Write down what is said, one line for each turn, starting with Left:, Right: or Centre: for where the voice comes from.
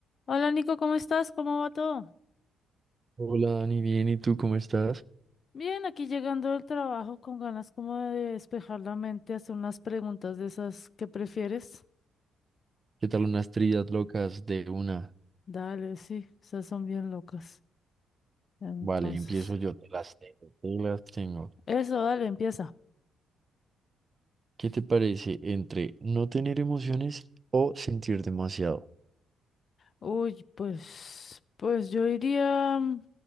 Left: Hola Nico, ¿cómo estás? ¿Cómo va todo?
Right: Hola Dani, bien, ¿y tú cómo estás?
Left: Bien, aquí llegando del trabajo con ganas como de despejar la mente, hacer unas preguntas de esas que prefieres.
Right: ¿Qué tal unas trillas locas de una?
Left: Dale, sí, esas son bien locas. Entonces,
Right: Vale, empiezo yo, te las tengo, te las tengo.
Left: eso, dale, empieza.
Right: ¿Qué te parece entre no tener emociones o sentir demasiado?
Left: Uy, pues, pues yo iría mm,